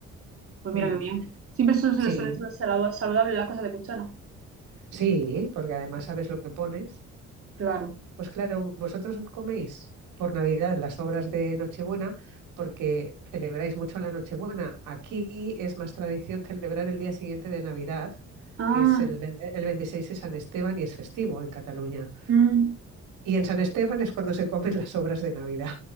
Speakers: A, on the right; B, on the right.
A: pues
B: Mm,
A: mira qué bien. Siempre su- su-
B: Sí,
A: suele ser salu- saludable las cosas de cuchara.
B: sí, porque además sabes lo que pones.
A: Claro.
B: Pues claro, vosotros os coméis por Navidad las obras de Nochebuena porque celebráis mucho la Nochebuena. Aquí es más tradición celebrar el día siguiente de Navidad,
A: Ah,
B: que es el, ve- el 26 de San Esteban y es festivo en Cataluña.
A: mm,
B: Y en San Esteban es cuando se comen las obras de Navidad.